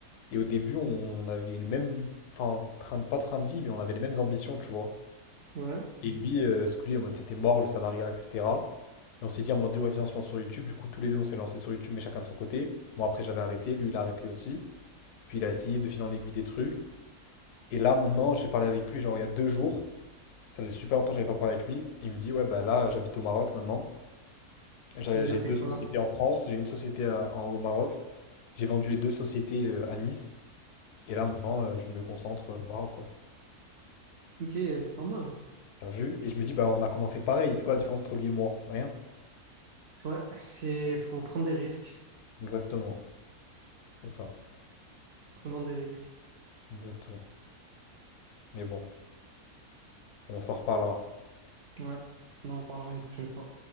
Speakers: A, on the left; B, on the right.
A: et au début, on avait le même, enfin, train de, pas train de vie, mais on avait les mêmes ambitions, tu vois.
B: Ouais.
A: Et lui, euh, parce que lui, en mode, c'était mort le salariat, etc. Et on s'est dit, à un moment donné, ouais, viens, on se lance sur YouTube. Du coup, tous les deux, on s'est lancé sur YouTube, mais chacun de son côté. Moi, après, j'avais arrêté, lui, il a arrêté aussi. Puis il a essayé de filer en aiguille des trucs. Et là, maintenant, j'ai parlé avec lui, genre il y a deux jours. Ça faisait super longtemps que j'avais pas parlé avec lui. Il me dit, ouais, bah là, j'habite au Maroc maintenant. J'ai
B: Il
A: j'ai
B: a fait
A: deux
B: quoi?
A: sociétés en France, j'ai une société à- en- au Maroc. J'ai vendu les deux sociétés euh, à Nice. Et là, maintenant, euh, je me concentre euh, au Maroc, quoi.
B: Ok, c'est pas mal.
A: T'as vu? Et je me dis, bah, on a commencé pareil. C'est quoi la différence entre lui et moi? Rien.
B: Ouais, c'est, faut prendre des risques.
A: Exactement. C'est ça.
B: Prenons des risques.
A: Exactement. Mais bon, on s'en reparlera.
B: Ouais. On en reparlera une prochaine fois.